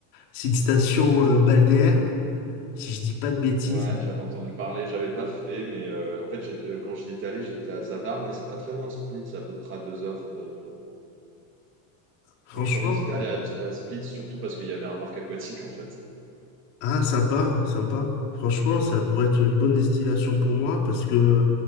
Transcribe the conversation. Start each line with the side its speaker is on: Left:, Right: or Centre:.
Left: C'est une station euh, balnéaire, si je dis pas de bêtises.
Right: Ouais, j'avais entendu parler, j'avais pas fait, mais euh, en fait, j'ai- euh, quand j'y étais allé, j'étais à Zadar, mais c'est pas très loin de Split, c'est à peu près à deux heures. Mais euh,
Left: Franchement,
Right: donc j'avais hésité à aller à, à Split, surtout parce qu'il y avait un parc aquatique en fait.
Left: ah, sympa, sympa. Franchement, ça pourrait être une bonne destination pour moi parce que